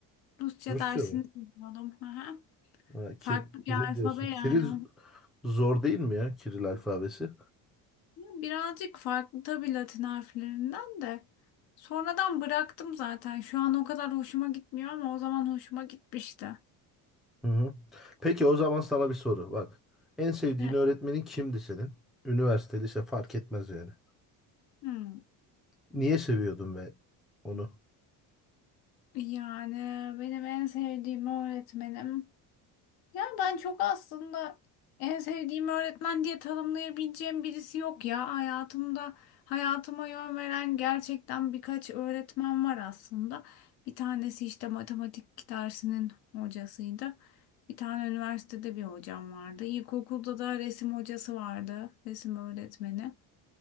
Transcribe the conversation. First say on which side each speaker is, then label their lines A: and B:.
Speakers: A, on the left (about 70°); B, in the centre.
A: Rusça
B: Rusça
A: dersini
B: mı?
A: seviyordum. Hı hı.
B: Ha, Kir-
A: Farklı
B: Kiril
A: bir alfabe
B: diyorsun.
A: yani.
B: Kiril zor değil mi ya? Kiril alfabesi.
A: Birazcık farklı tabii Latin harflerinden de. Sonradan bıraktım zaten. Şu an o kadar hoşuma gitmiyor ama o zaman hoşuma gitmişti.
B: Hı hı. Peki o zaman sana bir soru. Bak. En sevdiğin
A: Evet.
B: öğretmenin kimdi senin? Üniversite, lise fark etmez yani.
A: Hmm.
B: Niye seviyordun ve onu?
A: Yani benim en sevdiğim öğretmenim. Yani ben çok aslında en sevdiğim öğretmen diye tanımlayabileceğim birisi yok ya. Hayatımda hayatıma yön veren gerçekten birkaç öğretmen var aslında. Bir tanesi işte matematik dersinin hocasıydı. Bir tane üniversitede bir hocam vardı. İlkokulda da resim hocası vardı, resim öğretmeni.